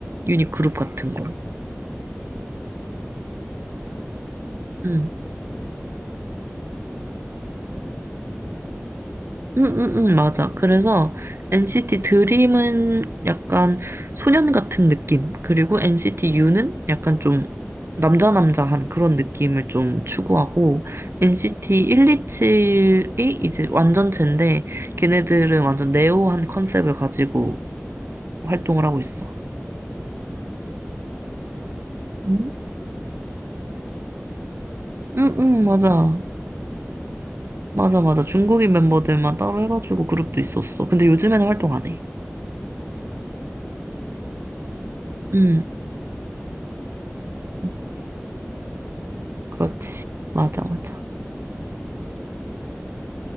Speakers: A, on the right; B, on the right.
A: 유닛
B: 음,
A: 그룹 같은
B: 약
A: 거.
B: 약간 그 반에서
A: 응.
B: 그 일단 뭐 요런 동아리도 만들어지고 요런 요런 동아리도 만들었다 이런 느낌인가?
A: 응응응 맞아. 그래서 NCT
B: 음.
A: 드림은 약간 소년 같은 느낌. 그리고 NCT U는 약간 좀 남자 남자한 그런 느낌을 좀 추구하고 NCT
B: 음.
A: 127이 이제 완전체인데 걔네들은
B: 음.
A: 완전 네오한 컨셉을 가지고 활동을 하고 있어.
B: 음. 그런 것도 있지 않았나? 막 중국
A: 응?
B: 중국 타겟으로 만들어졌다고 해야 되나?
A: 응응
B: NCT에
A: 맞아.
B: 그런 것도 있는 걸로 알고 있는데.
A: 맞아 맞아. 중국인 멤버들만 따로 해가지고 그룹도 있었어. 근데 요즘에는 활동 안 해.
B: 음. 아 이게 했다가 또
A: 응.
B: 작은 그룹이 해체됐다가 다시 또 작은
A: 응,
B: 거 했다가 이런 식으로 하는구나.
A: 그렇지. 맞아 맞아.
B: 그러면 걔네는 총 멤버가 몇 명이야?